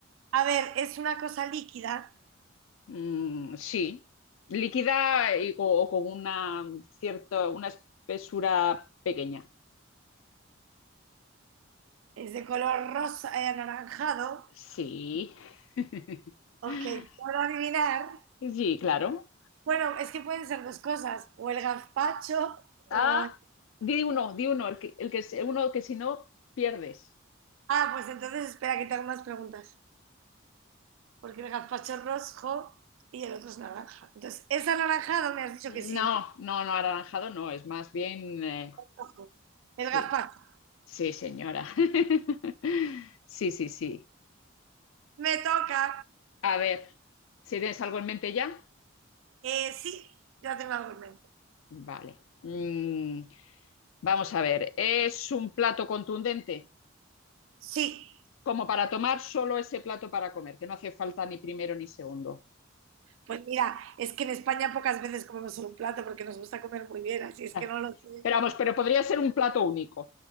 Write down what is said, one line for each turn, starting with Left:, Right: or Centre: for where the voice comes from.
Right: A ver, es una cosa líquida,
Left: Mm, sí, líquida y co- o con una cierta, una espesura pequeña.
Right: es de color rosa, eh, anaranjado.
Left: Sí. <laughs>
Right: Ok, puedo adivinar.
Left: Sí, claro.
Right: Bueno, es que pueden ser dos cosas, o el gazpacho
Left: Ah,
Right: o...
Left: di uno, di uno, el que, el que, es- uno que si no pierdes.
Right: Ah, pues entonces espera que te hago más preguntas. porque el gazpacho es rojo y el otro es naranja. Entonces, es anaranjado, me has dicho
Left: No,
Right: que sí, ¿no?
Left: no, no, anaranjado no, es más bien, eh,
Right: Ojo. El
Left: sí.
Right: gazpacho.
Left: Sí, señora. <laughs> Sí, sí, sí.
Right: Me toca.
Left: A ver, si tienes algo en mente ya?
Right: Eh, sí, ya tengo algo en mente.
Left: Vale. Mm, vamos a ver, es un plato contundente,
Right: Sí.
Left: como para tomar solo ese plato para comer, que no hace falta ni primero ni segundo.
Right: Pues mira, es que en España pocas veces comemos solo un plato porque nos gusta comer muy bien, así es que
Left: Ah,
Right: no lo sé.
Left: Pero vamos, pero podría ser un plato único.